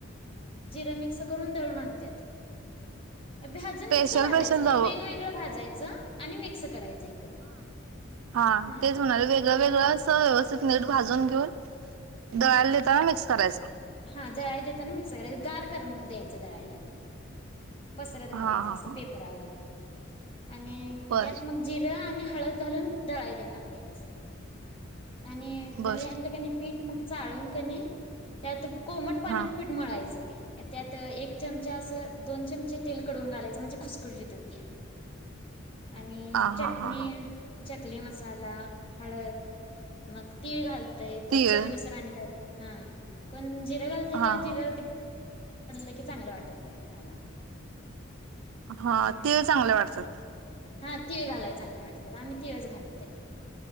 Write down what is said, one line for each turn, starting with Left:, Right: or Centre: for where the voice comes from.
Left: जिर मिक्स करून दळून आणत्यात भाजून
Right: स्पेशल
Left: मिक्स भाजयच
Right: स्पेशल
Left: नाही.
Right: दव
Left: वेगवेगळ भाजायच. च.. आणि मी कस करायच एकत्र?
Right: ह
Left: हा
Right: तेच म्हणाले. वेगळ वेगळ
Left: आणि
Right: अस व्यवस्थित नीठ भाजून घेऊन दलान
Left: हा
Right: तेव्हा मिक्स करायच.
Left: हा दळाय देतांना मिक्स करायच. गार करून द्यायच दळायला ते. पसरत
Right: हा
Left: घालायच
Right: हा
Left: अस
Right: हा
Left: पेपरावर. आणि
Right: बर
Left: त्यात मग जिर आणि हळद घालून दळाय देताना देयच. आणि घरी
Right: बर
Left: आणल कणी पीठ मग चाळून कणी त्यात कोमट पाण्यात
Right: हा
Left: पीठ मळायच. त्यात एक चमचा अस दोन चमचे तेल कडवून घालायच म्हणजे खुसखुशीत होती. आणि
Right: हा हा
Left: चटणी
Right: हा हा
Left: चकली मसाला हळद मग तीळ घाल तय कोण
Right: तीळ
Left: चवीन नुसार आणि काय हा कोण जिर घालते
Right: हा
Left: कारण जिर
Right: हा
Left: <unintelligible> की चांगलं वाटत नाही खायला.
Right: हा
Left: आणि
Right: तीळ चांगले वाटतात.
Left: हा तिळ घालाय चांगले वाटतात आम्ही तिळच घालतय.